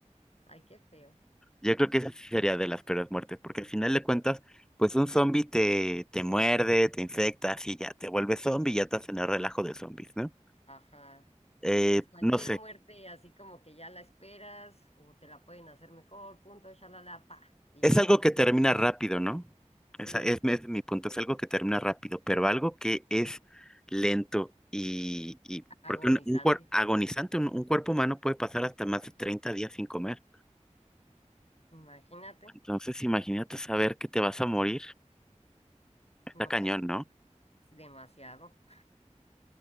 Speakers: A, on the left; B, in the centre.
A: Ay, qué feo.
B: Yo creo que esa sí sería de las peores muertes, porque al final de cuentas, pues un zombie te, te muerde, te infecta, así ya te vuelves zombie y ya estás en el relajo de zombies, ¿no?
A: Ajá.
B: Eh,
A: Pues cualquier
B: no sé,
A: muerte, así como que ya la esperas, o te la pueden hacer mejor, punto, shalala, pa, y
B: es
A: ya.
B: algo que termina rápido, ¿no?
A: Sí,
B: Esa es, es mi punto, es algo que termina rápido, pero algo que es lento y, y porque
A: agonizante.
B: un, un cuer- agonizante, un, un cuerpo humano puede pasar hasta más de 30 días sin comer.
A: Imagínate.
B: Entonces, imagínate saber que te vas a morir, está
A: No,
B: cañón,
A: pues sí está
B: ¿no?
A: demasiado.